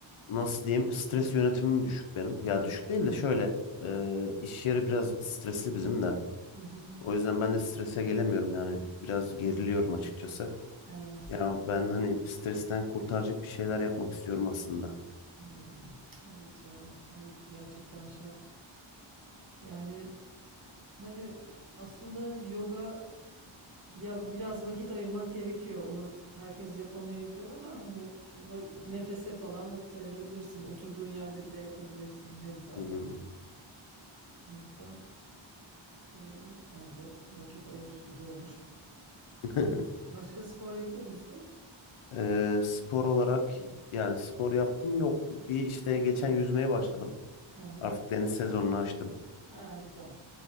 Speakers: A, on the left; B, on the right.
A: nasıl diyeyim stres yönetimim düşük benim. Ya düşük değil de şöyle e, iş yeri biraz stresli bizim de.
B: Hı hı.
A: O yüzden ben de strese gelemiyorum yani biraz geriliyorum açıkçası.
B: Evet.
A: Ya ben hani stresten kurtaracak bir şeyler yapmak istiyorum aslında.
B: Hmm. Evet ya o gerçekten şart. Yani hani aslında yoga ya biraz vakit ayırmak gerekiyor. Onu herkes yapamayabilir ama hani va- nefese falan vakit ayırabilirsin. Oturduğun yerde bile yapabilirsin meditasyon.
A: Hı.
B: O yüzden e, bence vakit ayır güzel olur.
A: <laughs>
B: Başka spor yapıyor musun?
A: Ee, spor olarak yani spor yaptım yok. Bir işte geçen yüzmeye başladım.
B: Aha.
A: Artık deniz sezonunu açtım.
B: Ha, güzel.